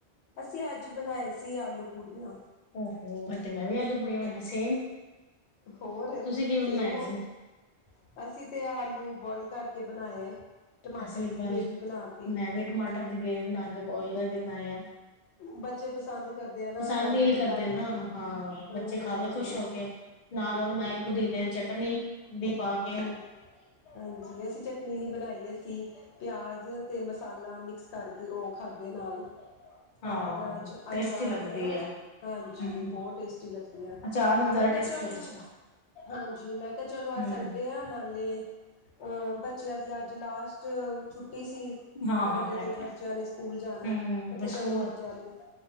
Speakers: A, on the left (about 85°); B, on the left (about 50°).
A: ਅਸੀਂ ਅੱਜ ਬਣਾਏ ਸੀ ਆਲੂ ਪੂੜੀਆਂ
B: ਔਹੋ ਅੱਜ ਤੇ ਮੈਂ ਵੀ, ਆਲੂ ਪੁੜੀਆਂ ਬਣਾਈਆ ਸੇਮ
A: ਹੋਰ,
B: ਤੁਸੀਂ ਕਿਵੇਂ
A: ਸੇਮ
B: ਬਣਾਇਆ
A: ਹੋ
B: ਸੀ?
A: ਗਿਆ। ਅਸੀਂ ਤੇ, ਆਲੂ ਬੋਆਇਲ ਕਰਕੇ ਬਣਾਏ ਆ, ਟਮਾਟਰ
B: ਅਸੀਂ
A: ਦੀ
B: ਬਲ
A: ਗ੍ਰੇਵੀ ਬਣਾ ਕੇ
B: ਮੈਂ ਵੀ ਟਮਾਟਰ ਦੀ ਗਰੇਵੀ ਬਣਾ ਕੇ ਬੋਆਇਲ ਕਰਕੇ ਬਣਾਏ ਆ।
A: ਬੱਚੇ ਪਸੰਦ ਕਰਦੇ ਆ ਨਾ
B: ਪਸੰਦ
A: ਲਾਈਟ
B: ਇਹੀ ਕਰਦੇ
A: ਲਾਈਟ
B: ਨਾ, ਹਾਂ
A: ਹਾਂਜੀ
B: ਬੱਚੇ ਖਾਵੇ
A: ਹਾਂਜੀ
B: ਖ਼ੁਸ਼
A: ਉਹ
B: ਹੋ ਕੇ ਨਾਲ ਮੈਂ ਬਣਾਈ ਪੁਦੀਨੇ ਦੀ ਚਟਨੀ, ਅੰਬੀ ਪਾ ਕ
A: ਹਾਂਜੀ। ਹਾਂਜੀ, ਅਸੀਂ ਚਟਨੀ ਨਹੀਂ ਬਣਾਈ, ਅਸੀਂ ਪਿਆਜ਼ ਅਤੇ ਮਸਾਲਾ ਮਿਕਸ ਕਰ ਕੇ, ਉਹ ਖਾਧੇ ਨਾਲ,
B: ਹਾਂ,
A: ਅੰਬ ਦੇ ਅਚ
B: ਟੇਸਟੀ
A: ਅਚਾਰ
B: ਲੱਗਦੀ
A: ਹੁੰਦੇ ਨਾ।
B: ਐ।
A: ਹਾਂਜੀ
B: ਹੂੰ,
A: ਬਹੁਤ ਟੇਸਟੀ ਲੱਗਦੀਆਂ
B: ਅਚਾਰ ਨਾਲ ਜ਼ਿਆਦਾ
A: ਮੈਂ ਕਿਹਾ
B: ਟੇਸਟੀ
A: ਚੱਲ,
B: ਲੱਗਦੀ ਆ।
A: ਹਾਂਜੀ ਮੈਂ ਕਿਹਾ ਚਲੋ, ਅੱਜ
B: ਹੂੰ,
A: ਸੰਡੇ ਘੁੰਮਿਆ, ਨਾਲੇ ਬੱਚਿਆਂ ਦੀ ਅੱਜ ਲਾਸਟ ਛੁੱਟੀ ਸੀ।
B: ਹਾਂ-ਹਾਂ
A: ਮੰਡੇ
B: ਇਹ
A: ਤੋਂ
B: ਤੇ
A: ਬੱਚਿਆਂ
B: ਹੈ।
A: ਨੇ, ਸਕੂਲ ਜਾਣਾ
B: ਹੂੰ,
A: ਮੈਂ ਕਿਹਾ,
B: ਬਈ
A: ਚਲੋ
B: ਸਕੂਲ
A: ਅੱਜ ਆਲੂ